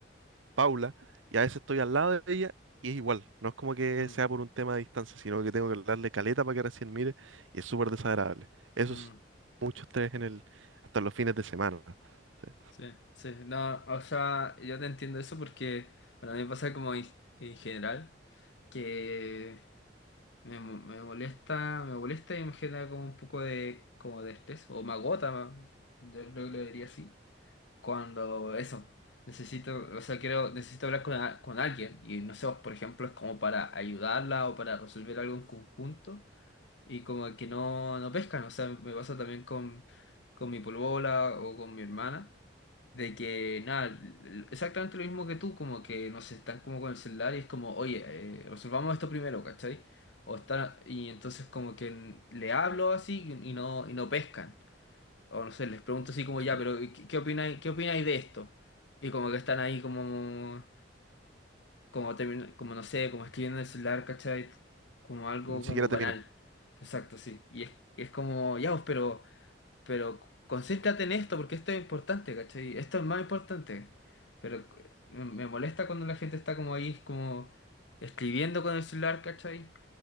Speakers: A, on the right; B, on the left.
A: Paula y a veces estoy al lado de ella y es igual. No es como que
B: mm,
A: sea por un tema de distancia, sino que tengo que hablarle caleta para que recién mire y es súper desagradable. Eso
B: mm,
A: es mucho estrés en el hasta los fines de semana. ¿sí?
B: sí, sí. No, o sea, yo te entiendo eso porque, bueno, a mí me pasa como en, en general que me, mo- me molesta, me molesta y me genera como un poco de, como de estrés, o me agota, yo creo que lo diría así. cuando eso, necesito, o sea, quiero, necesito hablar con, a- con alguien y no sé, por ejemplo, es como para ayudarla o para resolver algo en conjunto y como que no, no pescan, o sea, me pasa también con, con mi polola o con mi hermana, de que nada, l- exactamente lo mismo que tú, como que no sé, están como con el celular y es como, oye, eh, resolvamos esto primero, ¿cachai? O están, y entonces como que le hablo así y y no, y no pescan o no sé, les pregunto así como ya,
A: Sí,
B: pero ¿qué, qué opináis, qué opináis de esto? Y como que están ahí como, como, termin- como no sé, como escribiendo en el celular, ¿cachai? Como algo
A: Ni siquiera
B: como
A: te
B: banal.
A: miran.
B: Exacto, sí. Y es, es como, ya, pues, pero, pero concéntrate en esto porque esto es importante, ¿cachai? Esto es más importante. Pero me me molesta cuando la gente está como ahí, como escribiendo con el celular, ¿cachai?